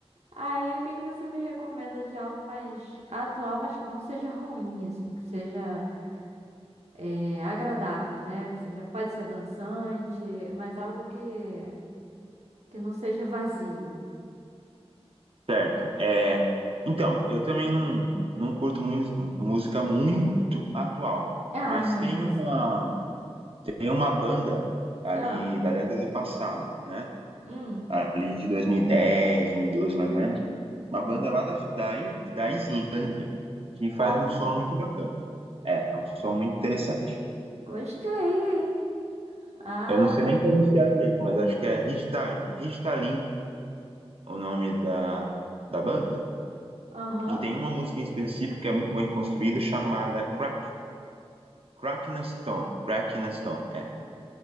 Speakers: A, on the right; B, on the right.
A: Aí, o que que você me recomenda de algo mais atual, mas que não seja ruim, assim, que seja é, agradável, né? Que seja, pode ser dançante, mas algo que, que não seja vazio. <laughs>
B: Certo. É... Então, eu também não, não curto mu- música muito atual,
A: Ah,
B: mas tem
A: isso
B: uma,
A: aí.
B: tem uma banda ali
A: Ah,
B: da década passada, né?
A: hum,
B: Ali de 2010, doze, mais ou menos Uma banda lá da, da, da Islândia, que faz
A: olha,
B: um som muito bacana. É, é um som muito interessante.
A: gostei, hein? Ah,
B: Eu não sei nem pronunciar direito, mas acho que é Ridtal- Ridtalin, o nome da, da banda.
A: aham.
B: E tem uma música em específico que é muito bem construída, chamada Crack, Crack in a Stone. Crack in a Stone, é.